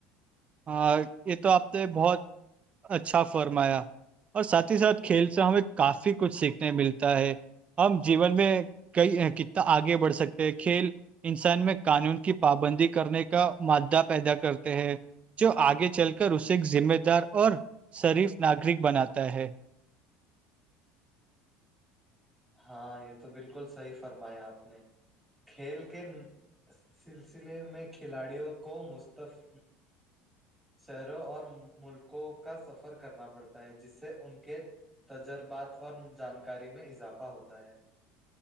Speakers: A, on the right; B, in the centre.
A: ہاں یہ تو آپ نے بہت اچھا فرمایا اور ساتھ ہی ساتھ کھیل سے ہمیں کافی کچھ سیکھنے ملتا ہے ہم جیون میں کئی کتنا آگے بڑھ سکتے ہیں کھیل انسان میں قانون کی پابندی کرنے کا مادہ پیدا کرتے ہیں جو آگے چل کر اسے ذمہ دار اور شریف ناگرک بناتا ہے
B: ہاں یہ تو بالکل صحی فرمایا آپ نے کھیل کے سلسلے میں کھلاڑیوں کو مستفق شہروں اور ملکوں کا سفر کرنا پڑتا ہے جس سے ان کے تجربات اور جانکاری میں اضافہ ہوتا ہے